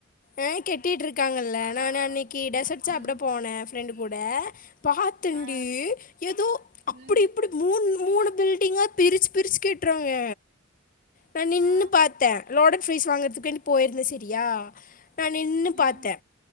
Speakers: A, on the left; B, on the right.
A: ஆ கட்டிட்டு இருக்காங்கல்ல
B: ஆமா
A: நா அன்னைக்கு டெசர்ட் சாப்ட
B: ம்
A: போனே ஃப்ரண்ட் கூட கூட பாாத்தேண்டி
B: ஆ
A: ஏதோ அப்டி
B: ம்
A: இப்டி மூணு மூணு பில்டிங்கா பிரிச்சு பிரிச்சு கேட்ருவாங்க நா நின்னு
B: ஆ
A: பாத்த லோடடு ஃபீஸ் வாங்குறதுக்கு என போயிருந்தே செரியா நா நின்னு
B: ம்
A: பாத்தே